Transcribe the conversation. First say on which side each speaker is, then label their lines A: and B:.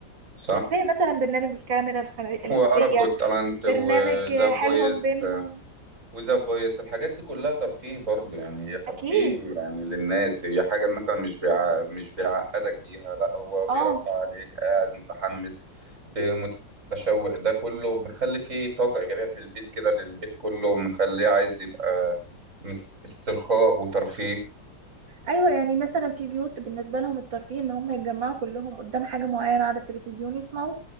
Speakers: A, on the right; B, on the right.
A: صح
B: زي مثلا برنامج الكاميرا الخ- الخفية
A: وعرب جوت تالنت وذا
B: برنامج حيلهم
A: فويس
B: بينهم
A: وذا فويس الحاجات دي كلها ترفيه برضو يعني هي ترفيه
B: أكيد
A: يعني للناس هي حاجة مثلا مش بيع... مش بيعقدك بيها لا هو بيرفع
B: اه
A: عليك قاعد متحمس متشوق ده كله مخلي فيه طاقة إيجابية في البيت كده للبيت كله مخليه عايز يبقى مس- استرخاء وترفيه
B: ايوه يعني مثلا في بيوت بالنسبه لهم الترفيه ان هم يتجمعوا كلهم قدام حاجه معينه على التلفزيون يسمعوا